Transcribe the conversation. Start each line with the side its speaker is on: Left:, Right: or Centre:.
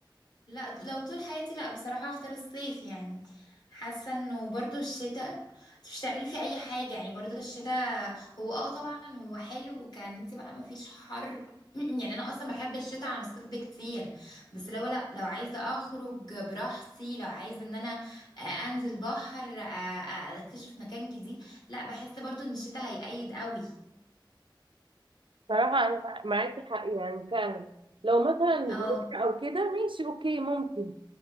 Left: لا لو طول حياتي لا بصراحة هختار الصيف يعني حاسة انه برضو الشتاء مش تعملي فيه اي حاجة يعني برضو الشتاء هو اه طبعا هو حلو كان انت بقى مفيش حر <clears throat> يعني انا اصلا بحب الشتاء عن الصيف بكتير بس لو لا لو عايزة اخرج براحتي لو عايزة ان انا آه، انزل بحر آه، آه، اكتشف مكان جديد لا بحس برضو ان الشتاء هيقيد قوي
Right: صراحة انا مع- معاكي حق يعني فعلا لو مثلا
Left: اه
Right: زيارة او كده ماشي اوكي ممكن